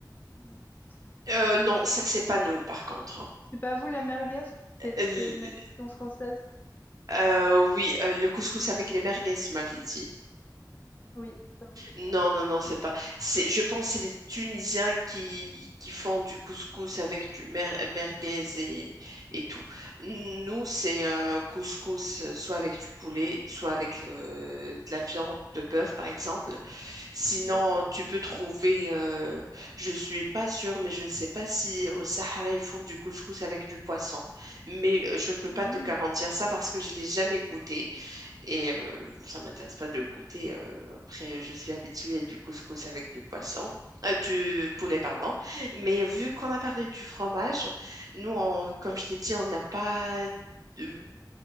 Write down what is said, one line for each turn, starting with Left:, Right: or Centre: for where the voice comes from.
Left: ouais,
Right: euh,
Left: j'aime
Right: non,
Left: bien
Right: ça c'est pas nous par contre.
Left: c'est pas vous les merguez c'est
Right: L-
Left: c'est une addition française
Right: euh, oui, euh, le couscous avec les merguez, tu m'avais dit.
Left: oui ça vous fait
Right: Non,
Left: pas
Right: non, non, c'est pas. C'est, je pense que c'est les Tunisiens qui, qui font du couscous avec du mer- merguez et, et tout. Nous, c'est euh, couscous euh, soit avec du poulet, soit avec euh, de la viande de bœuf par exemple. Sinon,
Left: d'accord
Right: tu peux trouver, euh, je suis pas sûre, mais je ne sais pas si au Sahara, ils font du couscous avec du poisson. Mais euh, je ne peux pas
Left: Mmh.
Right: te garantir ça parce que je l'ai jamais goûté. Et euh, ça m'intéresse pas de goûter. euh, après, je suis habituée du couscous avec du poisson, euh, du poulet, pardon. Mais vu qu'on a parlé du fromage, nous, on-
Left: oui
Right: comme je t'ai dit, on n'a pas de-